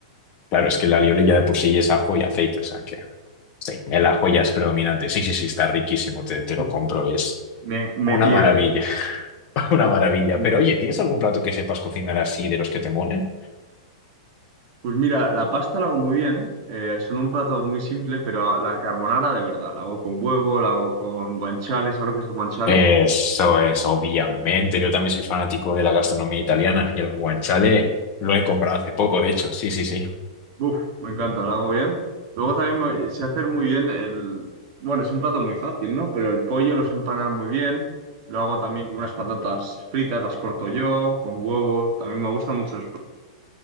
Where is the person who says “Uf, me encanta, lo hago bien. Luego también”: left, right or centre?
Right